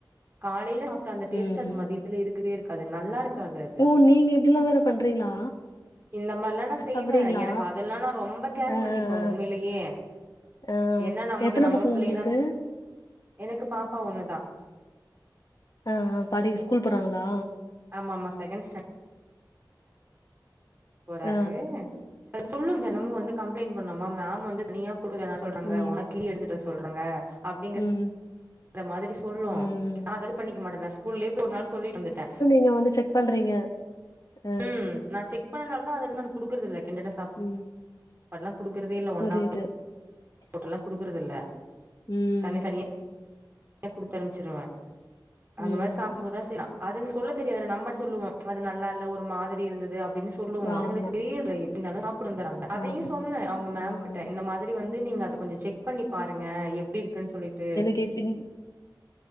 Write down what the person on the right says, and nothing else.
காலைல சாப்ட்டா அந்த டேஸ்ட்
அது மதியத்துல இருக்கவே இருக்காது நல்லா இருக்காது அது
இந்த மாரிலா நா செய்வே
எனக்கு அதெல்லா நா ரொம்ப கேர்
பண்ணிப்பே உண்மைலயே
ஏன்னா நமக்கு
நம்ம
பிள்ளைங்க
தா எனக்கு பாப்பா ஒண்ணு தா
ஆமா ஆமா செகண்ட் ஸ்டாண்டடு போறாரு
அ சொல்லும் தினமு வந்து கம்ப்ளைண்ட் பண்ணோமா மேம் வந்து தனியா குடுக்க வேணா சொல்றாங்க
ஒனக்கிடி எடுத்துட்டு வரசொல்றாங்க அப்டிங்
அந்த மாரி சொல்லு நா
அதா பண்ணிக்க மாட்டே நா ஸ்கூல்லயே போய் ஒரு நாள் சொல்லிட்டு வந்துட்டே
ம் நா செக் பண்ணுனதுனாலதா அது எது நா குடுக்றதில்ல கிண்டுன சாப்
பாட்லா குடுக்குறதே இல்ல ஒன்னாக்கு
போட்டுல்லா குடுக்கறது இல்ல
தனி தனியா குடுத்து அம்ச்சிருவே அந்த
மாரி சாப் நம்ம தா செய்றோ அதுங்க சொல்ல தெரியாதுல நம்ப சொல்லுவோ அது நல்ல இல்ல ஒரு மாரி இருந்தது அப்டின்னு சொல்லுவோ அவுங்களுக்கு
தெரியல எப்டிருந்தாலு சாப்டு வந்துறாங்க அதயு
சொன்னே அவுங்க மேம்
கிட்ட இந்த மாதிரி வந்து நீங்க அத கொஞ்சோ செக் பண்ணி பாருங்க எப்டி இருக்குன்னு சொல்லிட்டு